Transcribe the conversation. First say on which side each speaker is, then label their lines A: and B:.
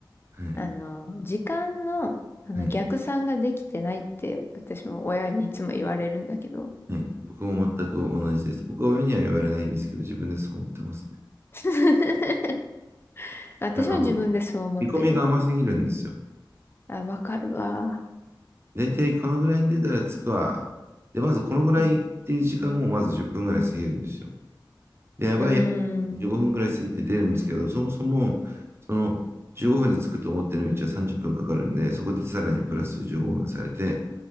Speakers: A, on the right; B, on the left.
A: はい。
B: あの、時間の、あの、
A: はい。
B: 逆算ができてないって、私も親にいつも言われるんだけど。
A: はい。僕も全く同じです。僕は親には言われないんですけど、自分でそう思ってますね。
B: <laughs> 私も自分でそう思ってるよ。
A: あの、見込みが甘すぎるんですよ。
B: あ、わかるわ。
A: 大体このぐらいに出たら着くわ。で、まずこのぐらいっていう時間をまず10分ぐらい過ぎるんですよ。
B: うん。
A: で、やばいやばい、
B: うーん。
A: 15分ぐらい過ぎて出るんですけど、そもそも、その15分で着くと思ってる道は30分かかるんで、そこでさらにプラス15分されて、